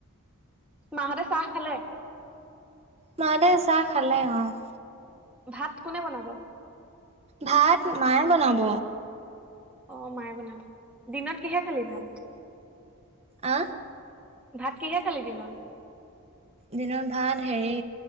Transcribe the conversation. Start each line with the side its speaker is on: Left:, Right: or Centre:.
Centre: মা হঁতে চাহ খালে?
Right: মা হতে চাহ খালে, অ'।
Centre: ভাত কোনে বনাব
Right: ভাত মায়ে বনাব
Centre: অ' মায়ে বনাব, দিনত কিহে খালি ভাত
Right: আ
Centre: ভাত কিহে খালি দিনত
Right: দিনত ভাত হেৰি,